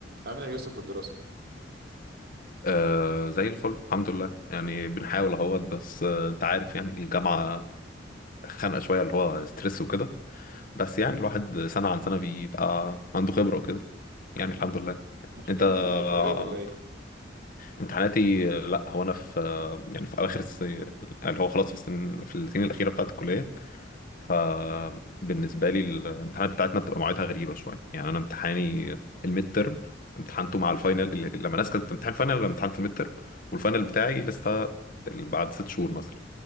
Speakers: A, on the right; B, on the left.
A: عامل ايه يا يوسف في الدراسه؟
B: آه زي الفل الحمد لله يعني بنحاول اهوت بس آه انت عارف يعني الجامعة خانقة شوية اللي هو ستريس وكده بس يعني الواحد سنة عن سنة بيبقى عنده خبرة وكده يعني
A: تمام.
B: الحمد لله
A: المفروض
B: انت
A: امتحاناتك
B: آه،
A: قريب ولا ايه؟
B: امتحاناتي آه، لا هو انا في آه، يعني في اواخر السنة اللي هو خلاص في السن في السنين الأخيرة بتاعت الكلية فبالنسبة لي الامتحانات بتاعتنا بتبقى مواعيدها غريبة شوية يعني أنا امتحاني الميد ترم امتحانته مع الفاينل اللي- لما الناس كانت بتمتحن فاينل أنا امتحان في الميد ترم والفاينل بتاعي لسه بعد ست شهور مثلا